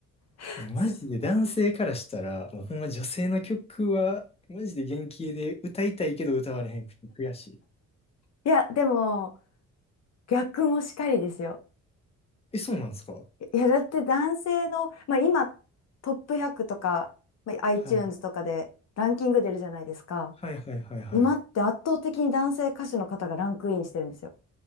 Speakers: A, on the left; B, on the left.
A: <laughs>
B: マジで男性からしたら、もうほんま女性の曲は、マジで元気で歌いたいけど歌われへんくて悔しい。
A: いや、でも、逆もしかりですよ。
B: え、そうなんですか
A: いや、だって男性の、まあ、今トップ100とか、まあ、iTunes
B: はい。
A: とかでランキング出るじゃないですか。
B: はいはいはいはい。
A: 今って圧倒的に男性歌手の方がランクインしてるんですよ。